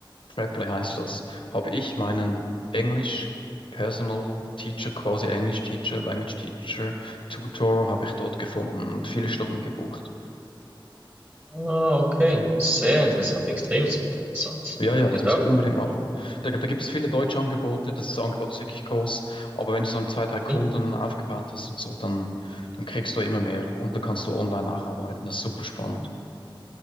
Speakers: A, on the left; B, on the right.
A: Preply heißt das. Habe ich meinen Englisch Personal Teacher, quasi English Teacher, Language Teacher, Tutor habe ich dort gefunden und viele Stunden gebucht.
B: Ah, okay. Sehr interessant, extrem interessant.
A: Ja,
B: Danke
A: ja, das
B: dafür.
A: musst du unbedingt machen. Da, da gibt es viele deutsche Angebote, das Angebot ist wirklich groß, aber wenn du so ein, zwei, drei Kunden
B: Mhm.
A: aufgebaut hast und so, dann, dann kriegst du immer mehr und da kannst du online nacharbeiten. Das ist super spannend.